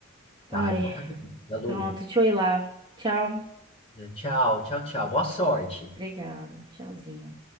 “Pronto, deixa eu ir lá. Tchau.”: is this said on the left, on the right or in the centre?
Right